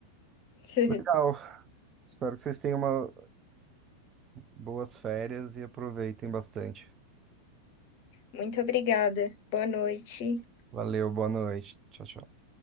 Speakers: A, on the left; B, on the right.
A: <laughs>
B: Legal. Espero que vocês tenham uma boas férias e aproveitem bastante.
A: Muito obrigada. Boa noite.
B: Valeu, boa noite. Tchau, tchau.